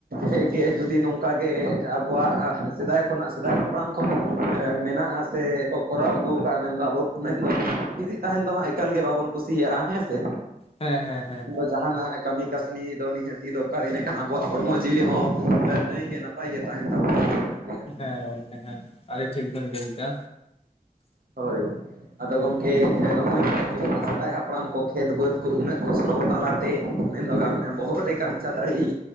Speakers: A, on the right; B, on the left.
A: ᱦᱮᱸ ᱜᱮ ᱡᱩᱫᱤ ᱱᱚᱝᱠᱟ ᱜᱮ ᱟᱵᱚᱣᱟᱜ ᱥᱮᱫᱟᱭ ᱠᱷᱚᱱᱟᱜ ᱥᱮᱫᱟᱭ ᱦᱟᱯᱲᱟᱢ ᱠᱷᱚᱱᱟᱜ ᱢᱮᱱᱟᱜᱼᱟ᱾ ᱥᱮ ᱠᱚ ᱠᱚᱨᱟᱣ ᱟᱹᱜᱩ ᱠᱟᱜᱼᱟ, ᱢᱮᱱ ᱫᱚ ᱟᱵᱚ ᱢᱮᱱ ᱫᱚ ᱯᱷᱤᱨᱤ ᱛᱟᱦᱮᱱ ᱫᱚ ᱦᱟᱸᱜ ᱮᱠᱟᱞ ᱜᱮ ᱵᱟᱵᱚᱱ ᱠᱩᱥᱤᱭᱟᱜᱼᱟ ᱦᱮᱸ ᱥᱮ᱾
B: ᱦᱮᱸ ᱦᱮᱸ ᱦᱮᱸ ᱦᱮᱸ᱾
A: ᱡᱟᱸᱦᱟᱱᱟᱜ ᱠᱟᱹᱢᱤ ᱠᱟᱹᱥᱱᱤ ᱫᱚ ᱱᱤᱦᱟᱹᱛᱤ ᱫᱚᱨᱠᱟᱨ ᱤᱱᱟᱹᱠᱷᱟᱱ ᱟᱵᱚᱣᱟᱜ ᱦᱚᱲᱢᱚ ᱡᱤᱣᱤ ᱦᱚᱸ ᱱᱟᱹᱭ ᱜᱮ ᱱᱟᱯᱟᱭ ᱜᱮ ᱛᱟᱦᱮᱱ ᱛᱟᱵᱚᱱᱟ <inaudible> ᱨᱮᱭᱟᱜ᱾
B: ᱦᱮᱸ ᱜᱚᱝᱠᱮ ᱦᱮᱸ ᱟᱰᱮ ᱴᱷᱤᱠ ᱵᱮᱱ ᱞᱟᱹᱭ ᱠᱮᱫᱟ᱾
A: ᱦᱳᱭ᱾ ᱟᱫᱚ ᱜᱚᱝᱠᱮ ᱱᱚᱜᱼᱚᱭ ᱡᱮ ᱥᱮᱫᱟᱭ ᱦᱟᱯᱲᱟᱢ ᱠᱚ ᱠᱷᱮᱛ ᱵᱟᱹᱫᱽ ᱠᱚ ᱩᱱᱟᱹᱜ ᱠᱚᱥᱴᱚ ᱛᱟᱞᱟ ᱛᱮ ᱢᱮᱱ ᱫᱚ ᱵᱚᱦᱚᱜ ᱨᱮ ᱜᱟᱢᱪᱷᱟ ᱫᱟᱸᱦᱟᱲᱤ᱾